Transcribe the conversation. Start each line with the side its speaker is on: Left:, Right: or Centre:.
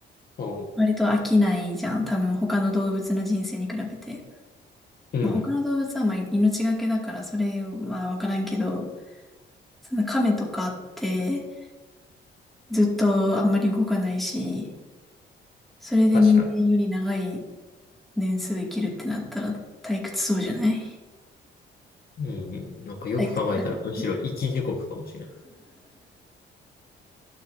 Left: ど。
Centre: 割と飽きないじゃん。多分他の動物の人生に比べて。
Left: うん。
Centre: まあ、他の動物はまあ命がけだからそれはわからんけど、
Left: うん。
Centre: その亀とかってずっとあんまり動かないし、それで人間より長い
Left: 確かに。
Centre: 年数生きるってなったら退屈そうじゃない
Left: うんうん。なんかよく考えたら、
Centre: 退屈がいい。
Left: むしろ生き地獄かもしれない。